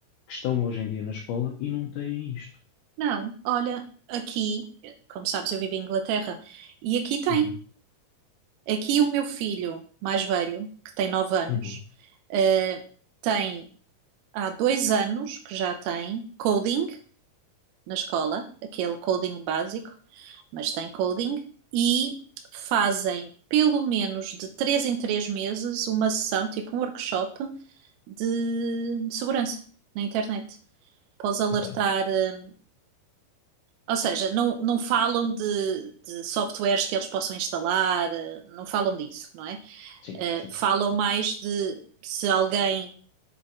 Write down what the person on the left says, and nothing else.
que estão hoje em dia na escola e não têm isto.
Uhum,
uhum,
ok.
Sim,
sim,
sim.